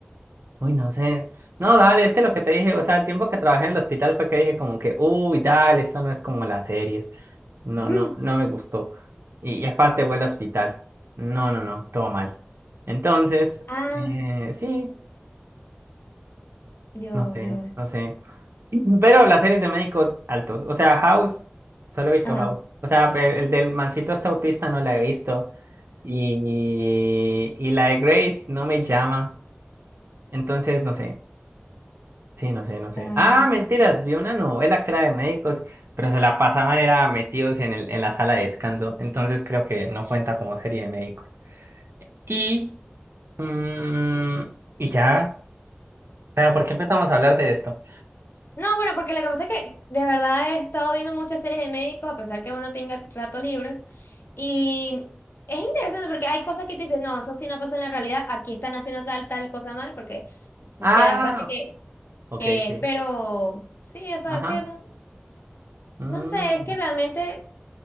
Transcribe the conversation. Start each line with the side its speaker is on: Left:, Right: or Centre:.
Right: uy, no sé. No, dale, es que lo que te dije, o sea, el tiempo que trabajé en el hospital fue que dije como que, uy, dale, esto no es como las series. No,
Left: <laughs>
Right: no, no me gustó. Y, y aparte huele a hospital. No, no, no, todo mal. Entonces,
Left: Ah,
Right: eh, sí,
Left: Dios,
Right: no sé,
Left: Dios.
Right: no sé. <clears throat> Pero las series de médicos altos. O sea, House, solo he visto
Left: Ajá.
Right: House. O sea, pe- el del mancito este autista no la he visto. Y, y la de Grace no me llama. Entonces, no sé. Sí, no sé, no sé.
Left: Ay,
Right: Ah,
Left: no.
Right: mentiras, vi una novela que era de médicos, pero se la pasaban, era metidos en el, en la sala de descanso. Entonces creo que no cuenta como serie de médicos. Y, mm, y ya. Pero, ¿por qué empezamos a hablar de esto?
Left: No, bueno, porque lo que pasa es que de verdad he estado viendo muchas series de médicos, a pesar que uno tenga ratos libres. Y es interesante porque hay cosas que tú dices, no, eso sí no pasa en la realidad, aquí están haciendo tal, tal cosa mal, porque
Right: Ah,
Left: te das cuenta que,
Right: ok,
Left: que
Right: sí.
Left: pero sí, o sea,
Right: Ajá.
Left: es que no,
Right: mm,
Left: no sé, es que realmente.